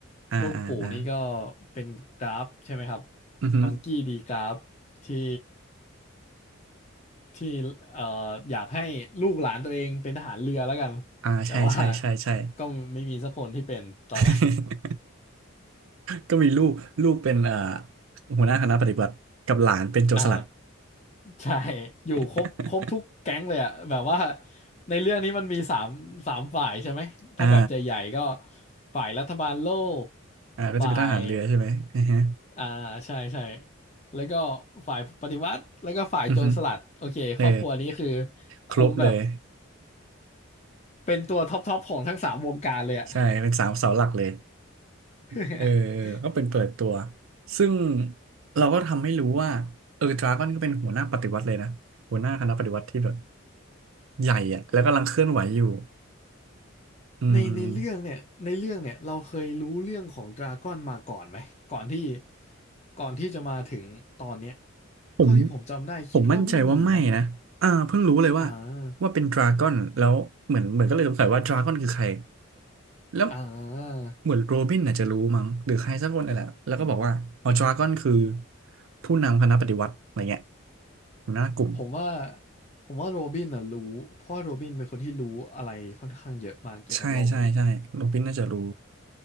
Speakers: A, on the right; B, on the left.
A: อ่าอ่าอ่า
B: รุ่นปู่นี่ก็เป็นกราฟใช่ไหมครับ
A: อือหือ
B: มังกี้ดีกราฟที่ที่เอ่ออยากให้ลูกหลานตัวเองเป็นทหารเรือแล้วกัน
A: อ่าใช่ใช่ใช่ใช่
B: แต่ว่าก็ไม่มีสักคนที่เป็นตอนนั้น
A: <laughs> ก็มีลูกลูกเป็นเอ่อหัวหน้าคณะปฏิบัติกับหลานเป็นโจรสลัด
B: <laughs> อ่า ใช่อยู่ครบครบทุกแก๊งเลยอะแบบว่า
A: <laughs>
B: ในเรื่องนี้มันมีสามสามฝ่ายใช่ไหม ถ้าแบบใหญ่ๆก็
A: อ่า
B: ฝ่ายรัฐบาลโลก
A: อ่าก็จะเป็นทหารเรือใช่ไหมอือฮึ
B: ฝ่ายอ่าใช่ใช่แล้วก็ฝ่ายปฏิวัติ แล้วก็ฝ่ายโจรสลัด
A: อือฮึ
B: โอเคครอบครัวนี้คือ
A: เออ
B: คุมแบบ
A: ครบเลย
B: เป็นตัวท็อปท็อปของทั้งสามวงการเลยอะ
A: ใช่เป็นสามเสาหลักเลย
B: <laughs>
A: เออก็เป็นเปิดตัวซึ่งเราก็ทำให้รู้ว่าเออดราก้อนก็เป็นหัวหน้าปฏิวัติเลยนะหัวหน้าคณะปฏิวัติที่แบบใหญ่อะแล้วกำลังเคลื่อนไหวอยู่อืม
B: ในในเรื่องเนี่ยในเรื่องเนี่ยเราเคยรู้เรื่องของดราก้อนมาก่อนไหมก่อนที่ก่อนที่จะมาถึงตอนเนี้ย
A: ผม
B: เท่าที่ผมจำได้คิดว่าไม่มีนะ
A: ผมมั่นใจว่าไม่นะอ่าเพิ่งรู้เลยว่า
B: อ่า
A: ว่าเป็นดราก้อนแล้วเหมือนเหมือนก็เลยสงสัยว่าดราก้อนคือใคร แล้ว
B: อ่า
A: เหมือนโรบินอาจจะรู้มั้งหรือใครสักคนอะ่แหละแล้วก็บอกว่าอ๋อดราก้อนคือผู้นำคณะปฏิวัติอะไรเงี้ยหัวหน้ากลุ่ม
B: ผมว่าผมว่าโรบินน่ะรู้เพราะว่าโรบินเป็นคนที่รู้อะไรค่อนข้างเยอะมากเกี่ยวกับโลกนี้
A: ใช่ใช่ใช่โรบินน่าจะรู้